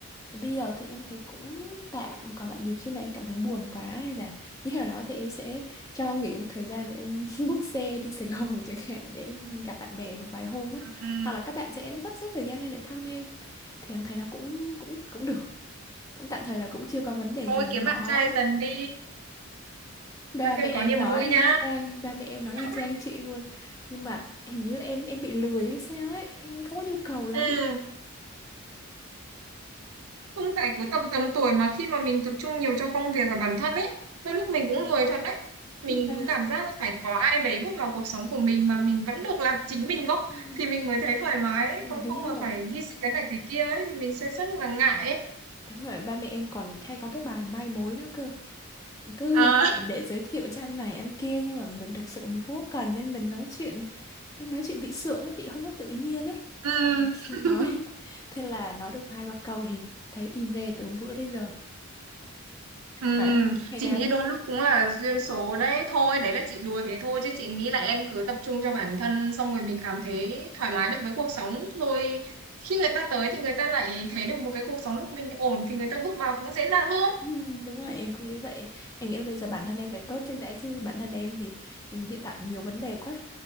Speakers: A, on the left; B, on the right.
A: Và bây giờ thì em thấy cũng tạm còn lại nhiều khi mà em cảm thấy buồn quá hay là như thế nào đó thì em sẽ cho nghỉ một thời gian và em <laughs> book xe đi Sài Gòn <laughs> chẳng hạn để em gặp bạn bè một vài hôm ấy
B: ừ.
A: hoặc là các bạn sẽ sắp xếp thời gian lên để thăm em thì em thấy nó cũng cũng cũng được cũng tạm thời là cũng chưa có vấn đề
B: thôi
A: gì nó
B: kiếm bạn trai dần đi
A: ba
B: ra
A: mẹ
B: thêm
A: em
B: có niềm
A: nói
B: vui
A: y
B: nhá
A: chang ba mẹ em
B: <laughs>
A: nói y chang chị luôn nhưng mà hình như em em bị lười hay sao ấy em không có nhu cầu lắm
B: ừ. Không phải cứ tầm tầm tuổi mà khi mà mình tập trung nhiều cho công việc và bản thân ấy, đôi lúc mình cũng lười thật đấy. Mình
A: ba
B: cứ cảm giác là phải có ai đấy bước vào cuộc sống của mình mà mình vẫn được làm chính mình gốc
A: <clears throat>
B: thì mình mới thấy thoải mái ấy. Còn
A: đúng
B: không
A: rồi
B: mà phải hy sinh cái này cái kia ấy thì mình sẽ rất là ngại ấy.
A: đúng rồi ba mẹ em còn hay có cái bài mai mối nữa cơ cứ
B: À.
A: để giới thiệu cho anh này anh kia nhưng mà mình thực sự mình không có cần nên mình nói chuyện em nói chuyện bị sượng ấy chị không có tự nhiên ấy
B: <laughs>
A: <laughs> nói
B: Ừ.
A: thế là nói được hai ba câu thì thấy im re từ hôm bữa đến giờ
B: Ừ,
A: Mà ngày
B: chị
A: nào
B: nghĩ đôi lúc cũng là duyên số đấy thôi đấy là chị đùa thế thôi chứ chị nghĩ là em cứ tập trung cho bản thân xong rồi mình cảm thấy thoải mái được với cuộc sống rồi khi người ta tới thì người ta lại thấy được một cái cuộc sống lúc mình ổn thì người ta bước vào cũng dễ dàng hơn
A: Ừ, đúng rồi em cũng nghĩ vậy em nghĩ là bây giờ bản thân em phải tốt trước đã chứ bản thân em thì hiện tại nhiều vấn đề quá